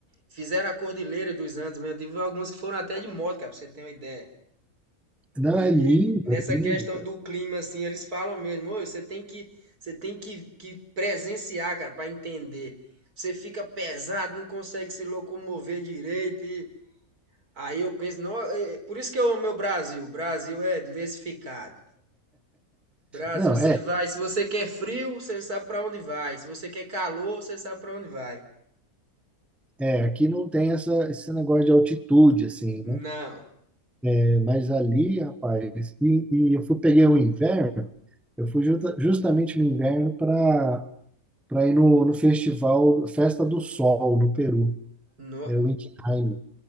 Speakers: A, on the right (about 80°); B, in the centre.
A: fizeram a Cordilheira dos Andes mesmo. Tive alguns que foram até de moto, cara, pra você ter uma ideia.
B: Não,
A: E
B: é lindo,
A: nessa
B: é lindo,
A: questão
B: cara.
A: do clima, assim, eles falam mesmo, "Ô, você tem que, você tem que, que presenciar, cara, pra entender. Você fica pesado, não consegue se locomover direito. E... Aí eu penso, não, é- por isso que eu amo o Brasil. O Brasil é diversificado. Brasil,
B: Não,
A: você
B: é.
A: vai, se você quer frio, você sabe pra onde vai. Se você quer calor, você sabe pra onde vai.
B: É, aqui não tem essa, esse negócio de altitude, assim,
A: Não,
B: né? É, mas ali, rapaz, e, e eu fui, peguei o inverno, eu fui justa- justamente no inverno para para ir no, no festival Festa do Sol, no Peru,
A: não.
B: é o Intiheim.